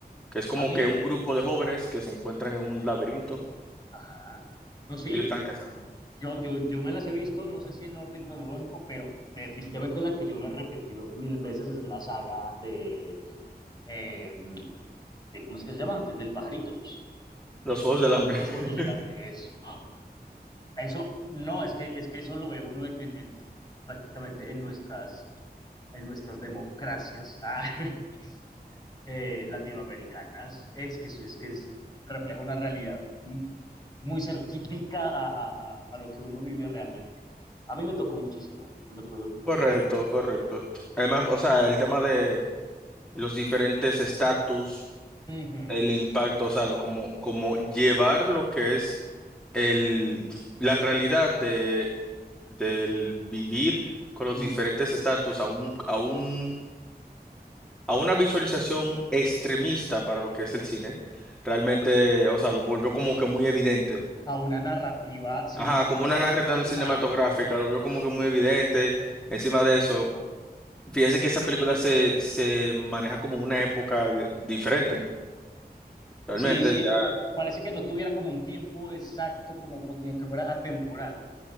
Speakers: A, in the centre; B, on the left (about 25°).
A: que es como
B: A mí,
A: que un grupo de jóvenes que se encuentran en un laberinto
B: ajá, no, sí,
A: y lo están cazando.
B: yo, yo, yo me las he visto, no sé si en orden cronológico, pero definitivamente la que yo me he repetido mil veces es la saga de, eh, de- ¿cómo es que se llama? De- Del pajarito,
A: Los Juegos del Hambre.
B: los Juegos
A: <laughs>
B: del Hambre, eso. Eso, no, es que, es que eso lo ve uno en, en- en- prácticamente en nuestras, en nuestras democracias. Ah, <laughs> eh, latinoamericanas. Es que, es, que es, refleja una realidad muy cerquítica a, a, a, lo que uno vive realmente. A mí me tocó muchísimo lo que,
A: Correcto,
B: eh,
A: correcto. Además, o sea, el tema de los diferentes estatus,
B: uh -huh,
A: el impacto, o sea, lo- como, como llevar lo que es el, la realidad de, del vivir con los
B: uh
A: diferentes
B: -huh.
A: estatus a un, a un, a una visualización extremista para lo que es el cine, realmente, o sea, lo volvió como que muy evidente.
B: a una narrativa cinematográfica.
A: Ajá, como una narrativa cinematográfica,
B: Ajá.
A: lo volvió como que muy evidente. Encima de eso, fíjese que esa película se, se maneja como en una época eh, diferente, realmente,
B: Sí, sí,
A: ya
B: parece que no tuviera como un tiempo exacto, como, como que fuera atemporal,